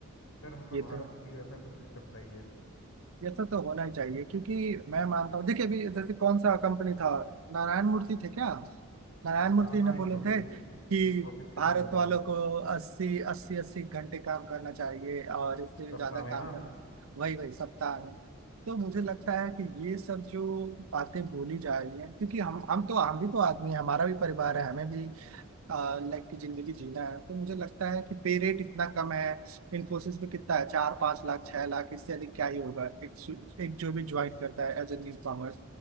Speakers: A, on the left; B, on the right.
A: इधर हमें
B: ये
A: भारत
B: तो
A: में भी वैसा कुछ सिस्टम चाहिए
B: ये सब तो होना ही चाहिए क्योंकि मैं मानता हूँ देखिए अभी जैसे कौन सा कंपनी था नारायण मूर्ति थे क्या नारायण मूर्ति
A: हाँ हाँ
B: ने
A: इन्फोसिस
B: बोले थे कि
A: इन्फोसिस के
B: भारत
A: सीईओ जो
B: वालों
A: है
B: को अस्सी अस्सी अस्सी घंटे काम करना चाहिए और इससे
A: सप्ताह
B: ज्यादा
A: में
B: काम
A: ना
B: करना वही वही सप्ताह
A: हाँ,
B: में तो मुझे लगता है कि ये सब जो बातें बोली जा रही हैं क्योंकि हम हम तो हम भी तो आदमी हैं हमारा भी परिवार है हमें भी लाइक की जिंदगी जीना है तो मुझे लगता है कि पे रेट इतना कम है इन्फोसिस में कितना है चार पांच लाख छह लाख इससे अधिक क्या ही होगा एक सु- एक जो भी ज्वाइन करता है एज ए न्यू कॉमर्स